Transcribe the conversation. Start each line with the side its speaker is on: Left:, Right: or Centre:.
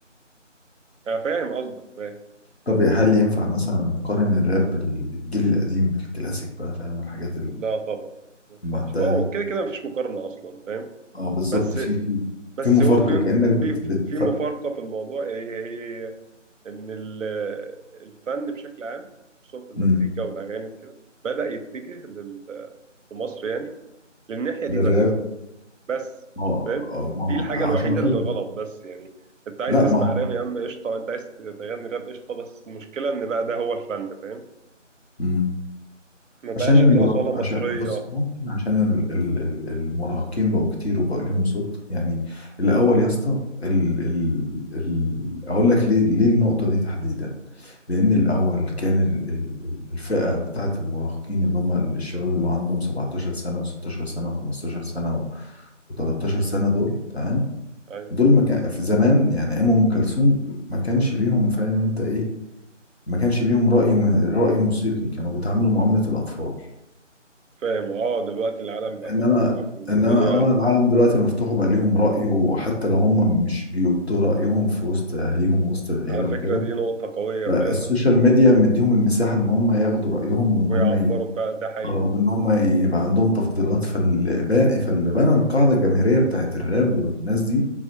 Right: انا فاهم قصدك فاهم
Left: طب هل ينفع مثلا نقارن الراب بالجيل القديم بالكلاسيك بقى فاهم والحاجات
Right: لا طبعا ما ينفعش
Left: المعتقة
Right: ما هو
Left: دي
Right: كده كده مفيش مقارنة اصلا فاهم
Left: اه بالظبط
Right: بس
Left: في في
Right: بس
Left: في مفارقة
Right: هو في
Left: كأنك بت
Right: في
Left: بت
Right: في مفارقة في الموضوع هي هي هي ان ال- الفن بشكل عام خصوصا في المزيكا
Left: امم
Right: والاغاني وكده بدأ يتجه لل في مصر يعني للناحية دي
Left: للراب
Right: بس بس
Left: ما هو
Right: فاهم
Left: آه، ما هو
Right: دي الحاجة
Left: عشان
Right: الوحيدة
Left: خاطر
Right: اللي غلط بس يعني انت عايز
Left: لا
Right: تسمع
Left: ما هو
Right: راب يا عم قشطة انت عايز تغني راب قشطة بس المشكلة ان بقى ده هو الفن فاهم
Left: امم
Right: ما بقاش
Left: عشان المراهق
Right: في أصالة مصرية
Left: عشان بص ممكن عشان ال... ال... ال- المراهقين بقوا كتير وبقوا ليهم صوت يعني الاول يا اسطى ال... ال... ال... اقول لك ليه ليه النقطه دي تحديدا لان الاول كان ال- ال- ال- الفئه بتاعه المراهقين اللي هم الشباب اللي هو عندهم 17 سنه و16 سنه و15 سنه و13 سنه دول تمام
Right: ايوه
Left: دول ما كان في زمان يعني ايام ام كلثوم ما كانش ليهم فاهم انت ايه ما كانش ليهم راي م- راي موسيقي كانوا بيتعاملوا معامله الاطفال
Right: فاهم اه دلوقتي العالم بقى
Left: انما
Right: مفتوح والدنيا
Left: انما اه العالم دلوقتي مفتوح وبقى ليهم رأي وحتى لو هم مش بيبدوا رأيهم في وسط اهليهم ووسط العيلة
Right: على فكرة
Left: وكده
Right: دي نقطة قوية
Left: فالسوشيال
Right: فعلا
Left: ميديا مديهم المساحة ان هم ياخدوا رأيهم وان
Right: ويعبروا
Left: هم ي...
Right: فعلا ده حقيقي
Left: آه، وان هم يبقى عندهم تفضيلات فاللي بان- فاللي بنى القاعدة الجماهيرية بتاعت الراب والناس دي